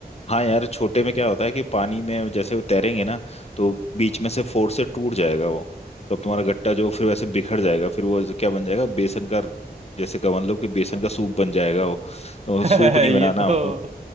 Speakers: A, on the left; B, on the right.
A: हाँ यार छोटे में क्या होता है कि पानी में जैसे वो तैरेंगे ना तो बीच में से फोर्स से टूट जाएगा वो तो अब तुम्हारा गट्टा जो फिर वैसे बिखर जाएगा फिर वो क्या बन जाएगा बेसन का जैसे का मतलब कि बेसन का सूप बन जाएगा वो तो
B: <laughs>
A: वो सूप
B: ये
A: नहीं बनाना
B: तो
A: हमको